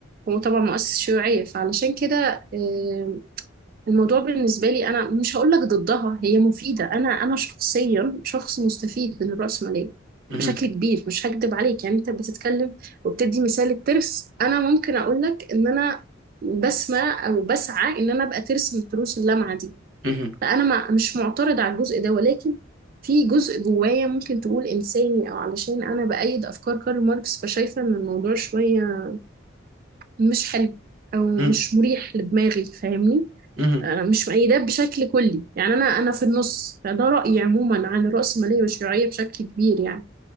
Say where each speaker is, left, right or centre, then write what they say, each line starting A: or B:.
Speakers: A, on the right (about 45°); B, on the right (about 85°).
A: هو طبعا مؤسس الشيوعية فعلشان كده آه، الموضوع بالنسبة لي أنا مش هقول لك ضدها هي مفيدة أنا أنا شخصيا شخص مستفيد من الرأسمالية
B: مم.
A: بشكل كبير مش هكدب عليك يعني أنت بتتكلم وبتدي مثال الترس أنا ممكن أقول لك إن أنا بسمع أو بسعى إن أنا أبقى ترس من تروس اللمعة دي
B: مهم.
A: فانا ما مش معترض على الجزء ده ولكن في جزء جوايا ممكن تقول انساني او علشان انا بايد افكار كارل ماركس فشايفه ان الموضوع شويه مش حلو او
B: مهم.
A: مش مريح لدماغي فاهمني
B: مهم.
A: آه، مش مؤيداه بشكل كلي يعني انا انا في النص فده رايي عموما عن الرأسمالية والشيوعيه بشكل كبير يعني